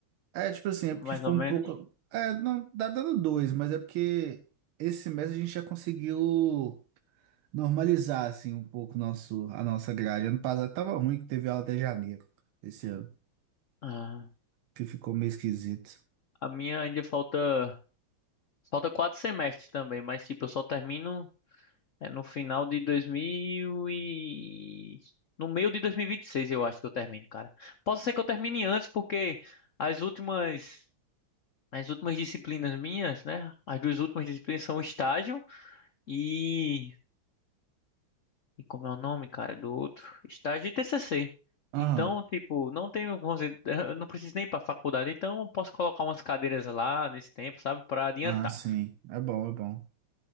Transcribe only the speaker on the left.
mais
ou
menos.
Ah,
a minha ainda falta falta quatro semestres também, mas tipo, eu só termino é, no final de 2000 e no meio de 2026, eu acho que eu termino, cara. Posso ser que eu termine antes porque as últimas As últimas disciplinas minhas, né? As duas últimas disciplinas são estágio e. E como é o nome, cara, do outro? Estágio e TCC.
Então, tipo, não tenho, vamos dizer, <laughs> eu não preciso nem ir pra faculdade, então eu posso colocar umas cadeiras lá nesse tempo, sabe, pra adiantar.